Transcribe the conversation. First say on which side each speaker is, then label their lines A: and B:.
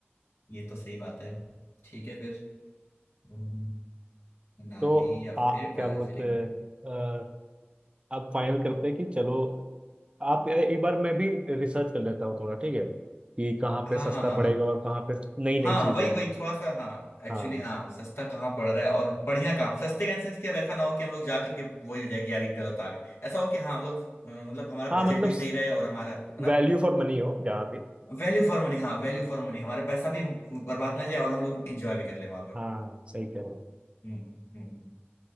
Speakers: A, on the left; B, on the right.
A: ये तो सही बात है ठीक है फिर हम्म, मनाली
B: तो
A: या फिर
B: आ
A: दार्जिलिंग
B: क्या बोलते हैं अ, आप फाइनल करते हैं कि चलो आप एक बार मैं भी रिसर्च कर लेता हूँ थोड़ा ठीक है कि कहाँ
A: हाँ
B: पे सस्ता
A: हाँ हाँ
B: पड़ेगा
A: हाँ
B: और कहाँ पे नई
A: हाँ
B: नई चीजें
A: वही
B: हैं
A: वही थोड़ा सा हाँ एक्चुअली
B: हाँ
A: हाँ सस्ता कहाँ पड़ रहा है और बढ़िया कहाँ सस्ते का इंसेंस कि अब ऐसा ना हो कि हम लोग जा करके वही हो जाए कि यार ये गलत आ गए ऐसा हो कि हाँ हम लोग अ, मतलब हमारा
B: हाँ
A: बजट
B: मतलब
A: भी सही रहे और हमारा है ना
B: वैल्यू फॉर मनी हो जहाँ भी
A: वैल्यू फॉर मनी हाँ वैल्यू फॉर मनी हमारा पैसा भी बर्बाद ना जाए और हम लोग एंजॉय भी कर ले वहां पर
B: हाँ सही कह रहे हो
A: हम्म हम्म हम्म, हम्म।